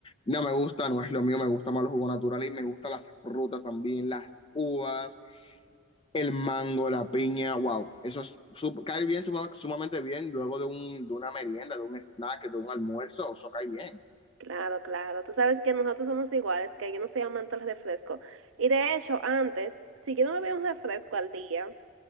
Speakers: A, on the left (about 25°); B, on the right (about 75°).
A: No me gusta, no es lo mío. Me gustan más los jugos naturales y me gustan las frutas también, las uvas el mango, la piña, wow, eso es sup- cae bien, suma- sumamente bien, luego de, un, de una merienda, de un snack, de un almuerzo, eso cae bien.
B: Claro, claro. Tú sabes que nosotros somos iguales, que yo no soy amante del refresco. Y de hecho, antes, si yo no bebía un refresco al día,